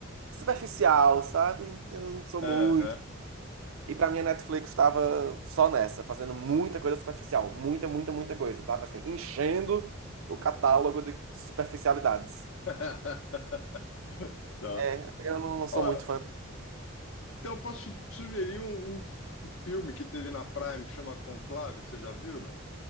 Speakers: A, on the right; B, on the left.
A: superficial, sabe? Eu não sou
B: Aham.
A: muito. E pra mim a Netflix tava só nessa, fazendo muita coisa superficial, muita, muita, muita coisa, sabe? Assim, enchendo o catálogo de superficialidades.
B: <laughs> Tá.
A: É, eu não sou
B: Ó,
A: muito fã.
B: então eu posso te sugerir um, um fi- um filme que teve na Prime que chama Conclave, você já viu, não?